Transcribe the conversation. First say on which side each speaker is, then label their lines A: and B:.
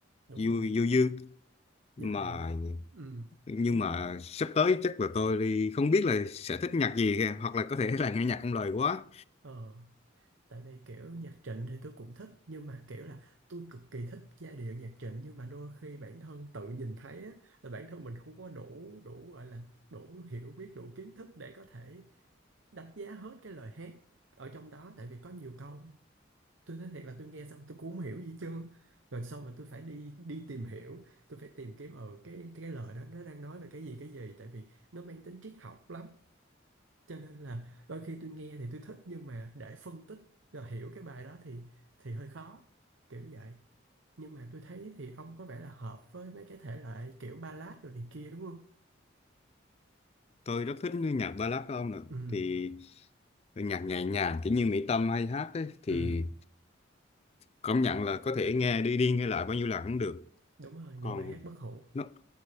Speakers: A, on the right; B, on the left.
A: đúng
B: du
A: rồi
B: du dương mà
A: nhưng mà ừ
B: nhưng
A: tôi
B: mà sắp tới chắc là tôi đi không biết là sẽ thích nhạc gì kìa. hoặc là có thể là nghe nhạc không lời quá
A: ờ tại vì kiểu nhạc Trịnh thì tôi cũng thích nhưng mà kiểu là tôi cực kỳ thích giai điệu nhạc Trịnh nhưng mà đôi khi bản thân tự nhìn thấy á, là bản thân mình không có đủ đủ gọi là đủ hiểu biết đủ kiến thức để có thể đánh giá hết cái lời hát ở trong đó tại vì có nhiều câu tôi nói thiệt là tôi nghe xong tôi cũng không hiểu gì hết trơn rồi xong mà tôi phải đi đi tìm hiểu tôi phải tìm kiếm ở cái cái lời đó nó đang nói về cái gì cái gì tại vì nó mang tính triết học lắm cho nên là đôi khi tôi nghe thì tôi thích nhưng mà để phân tích và hiểu cái bài đó thì thì hơi khó kiểu vậy nhưng mà tôi thấy thì ông có vẻ là hợp với mấy cái thể loại kiểu ballad rồi này kia đúng không
B: tôi rất thích nhạc ballad của ông nữa
A: ừ
B: thì nhạc nhẹ nhàng kiểu như Mỹ Tâm hay hát ấy, thì
A: ừ
B: công nhận là có thể nghe đi đi nghe lại bao nhiêu lần cũng được
A: đúng rồi
B: còn
A: những bài hát bất hủ
B: nó